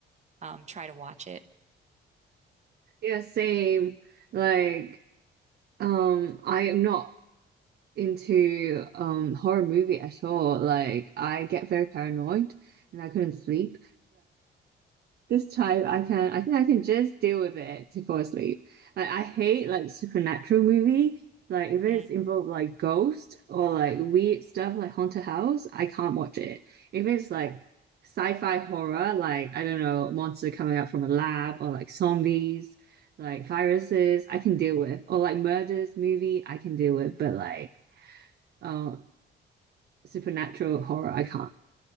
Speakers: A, on the right; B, on the right.
A: um, try to watch it.
B: Yeah, same. Like, um, I am not into um horror movie at all. Like, I get very paranoid and I couldn't sleep. this time I can I think I can just deal with it to fall asleep. Like I hate like supernatural movie. Like if it's
A: <laughs>
B: involved like ghost or like weird stuff like Haunted House, I can't watch it. If it's like sci-fi horror, like I don't know, monster coming out from a lab or like zombies, like viruses, I can deal with. Or like murders movie, I can deal with, but like uh supernatural horror, I can't.